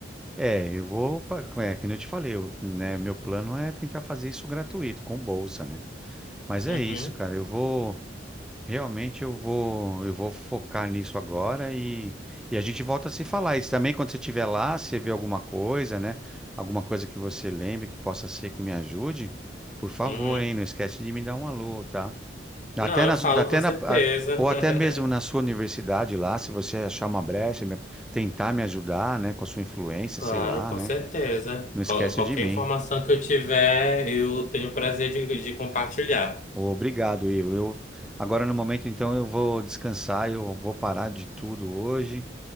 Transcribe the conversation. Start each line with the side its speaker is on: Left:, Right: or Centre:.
Centre: É, eu vou. pa- É, como eu te falei, eu, né, meu plano é tentar fazer isso gratuito, com bolsa, né? Mas é
Left: Uhum,
Centre: isso, cara. Eu vou. Realmente eu vou, eu vou focar nisso agora e, e a gente volta a se falar. E também quando você estiver lá, se você vê alguma coisa, né? Alguma coisa que você lembre que possa ser que me ajude, por favor,
Left: uhum.
Centre: hein? Não esquece de me dar um alô, tá? Até
Left: Não, eu
Centre: na,
Left: falo
Centre: su- até
Left: com certeza.
Centre: na, a- ou até mesmo na
Left: <laughs>
Centre: sua universidade lá, se você achar uma brecha, me- tentar me ajudar, né? Com a sua influência,
Left: Claro,
Centre: sei lá,
Left: com
Centre: né?
Left: certeza.
Centre: Não esquece
Left: Qual- qualquer
Centre: de mim.
Left: informação que eu tiver, eu tenho o prazer de, de compartilhar.
Centre: Obrigado, Ivo. Eu, agora no momento, então, eu vou descansar, eu vou parar de tudo hoje.